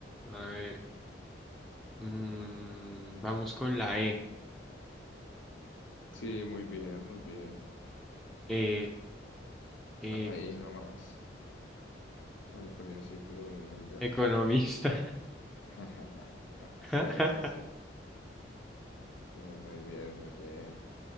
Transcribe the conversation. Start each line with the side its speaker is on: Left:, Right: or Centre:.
Centre: A ver. mm, vamos con la E.
Left: Sí, muy bien, muy bien.
Centre: Eh, eh,
Left: Ahí nomás. Al principio una y ya.
Centre: Economista.
Left: <laughs> Sí,
Centre: <laughs>
Left: sí, sí. Sí, muy bien, muy bien.